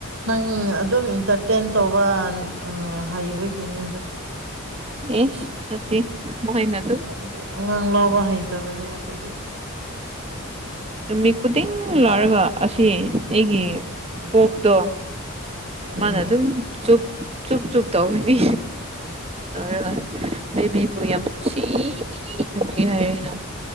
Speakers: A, on the right; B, on the right.
A: ꯅꯪ ꯑꯗꯨꯝ ꯏꯟꯇꯔꯇꯦꯟ ꯇꯧꯕ ꯍꯩꯕꯒꯤꯅꯦ ꯑ
B: ꯑꯦꯁ ꯁꯦ ꯃꯅ
A: ꯍꯥꯏꯗꯤ ꯑꯉꯥꯡ ꯂꯥꯎꯕ ꯍꯩꯇꯕꯅꯦ ꯑꯩꯈꯣꯏꯗꯤ
B: ꯅꯨꯃꯤꯠ ꯈꯨꯗꯤꯡ ꯂꯥꯔꯒ ꯑꯁꯤ ꯑꯩꯒꯤ
A: ꯎꯝ
B: ꯄꯣꯛꯇꯣ
A: ꯎꯝ
B: ꯃꯥꯅ ꯑꯗꯨꯝ ꯆꯨꯞ ꯆꯨꯞ ꯆꯨꯞ ꯇꯧꯒꯅꯤ ꯑꯗꯨꯔꯒ ꯕꯦꯕꯤꯕꯨ ꯌꯥꯝ ꯅꯨꯡꯁꯤ ꯅꯨꯡꯁꯤ ꯍꯥꯏꯔꯦꯅ